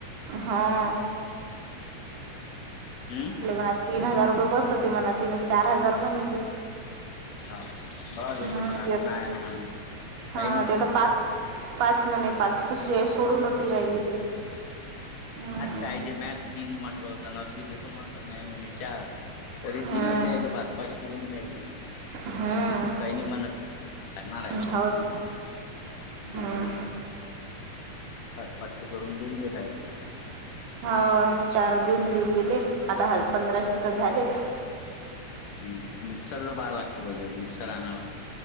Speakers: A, on the right; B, on the left.
A: हा.
B: हम्म.
A: म्हणल मला तीन हजार रुपये बस होते म्हणा तीन चार हजार म्हणा ते.
B: हाव बास होतय
A: हम्म
B: म्हणा
A: देत
B: ते नाही ना म्हणत
A: हा
B: काही नाही म्हणत.
A: ते तर पाच पाच म्हने पाच पिशव्या सोडून होती राहिली ती हं.
B: कायजे मॅच तीन म्हटलं होत ना अगदी देतो म्हटलं नाही म्हणली चार. तरी
A: हम्म
B: तीनच द्यायचे पाच -पाच चे दोन द्यायचे.
A: हम्म
B: काही नाही म्हणत ती खाणार आहे क्या
A: हो ना
B: हं हं.
A: हम्म
B: पाच पाचशे करून देऊन घेता येतय.
A: हो चार देऊन देऊ तिले आता ह पंधराशे तर झालेच.
B: हम् मिक्सरच बघायला लागत बजेट मिक्सर आणायला.